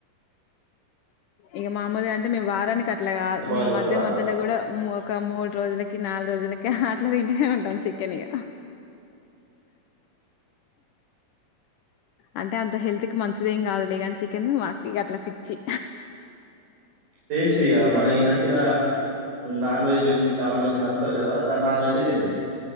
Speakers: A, on the left (about 70°); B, on the right (about 70°).
A: ఇక మామూలుగా అంటే మేము వారానికి అట్లా కావాల
B: బాగా
A: మీ
B: చేస్తారా?
A: మధ్య మధ్యలో కూడా ఒక మూడు రోజులకి నాలుగు రోజులకి అట్లా తింటేనే ఉంటాం చికెన్ఇగ అంటే అంత హెల్త్ కి మంచిది ఏం కాదులే కాని చికెన్ మాకు ఇక అట్లా పిచ్చి
B: టేస్టీగా మనకి నచ్చిన నాన్ వెజ్ చాలా మంది నస్తారు కదా దా నాన్ వెజ్ తినూరు